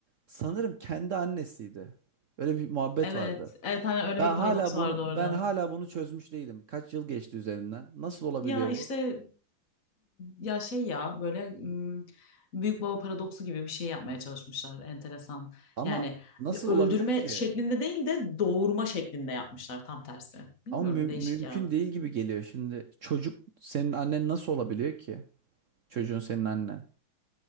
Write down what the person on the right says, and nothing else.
Sanırım kendi annesiydi. Öyle bir muhabbet
vardı.
Ben
hala
bunu
ben hala bunu çözmüş değilim. Kaç yıl geçti üzerinden? Nasıl olabiliyor
bu?
Ama
nasıl
olabilir ki?
Ama mü- mümkün
değil gibi geliyor şimdi. Çocuk senin annen nasıl olabiliyor ki? Çocuğun senin annen.